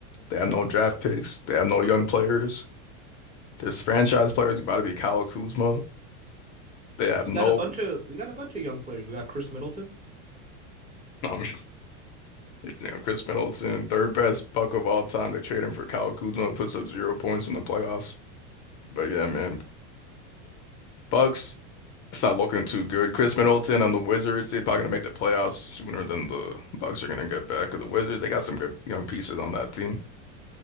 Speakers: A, on the left (about 45°); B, on the right (about 20°).
A: They have no draft picks. They have no young players. This franchise player is about to be Kyle Kuzma. They have
B: We
A: no,
B: got a bunch of we got a bunch of young players. We got Chris Middleton.
A: um, you know, Chris Middleton, third best buck of all time. They trade him for Kyle Kuzma, puts up zero points in the playoffs. But yeah, man, Bucks, it's not looking too good. Chris Middleton on the Wizards, they're probably gonna make the playoffs sooner than the Bucks are gonna get back. 'Cause the Wizards, they got some good young pieces on that team.